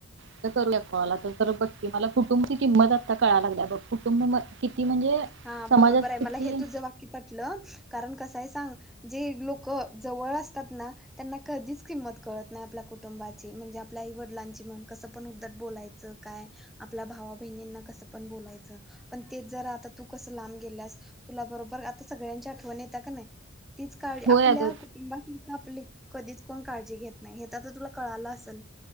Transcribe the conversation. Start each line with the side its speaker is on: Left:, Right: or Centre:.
Right: अता करूया कॉल अता तर बघ की मला कुटुंबाची किंमत अता आता कळा लागलिया बघ कुटुंब किती म्हणजे
Centre: हा
Right: समाजात
Centre: बरोबर आहे
Right: किती
Centre: मला हे तुझं वाक्य पटलं कारण कसं आहे सांग जे लोक जवळ असतात ना त्यांना कधीच किंमत कळत नाही आपल्या कुटुंबाची म्हणजे आपल्या आईवडलांची म्हण कसं पण उदट बोलायचं काय आपल्या भावा बहिणींना कसं पण बोलायचं. पण ते जरा आत्ता तू कसं लांब गेल्यास तुला बरोबर आता सगळ्यांची आठवण येत्या काने? तीच काळजी
Right: होय
Centre: आपल्या
Right: अगं
Centre: कुटुंबानंतर आपली कधीच कोण काळजी घेत नाही हे ता तर तुला कळालं असल.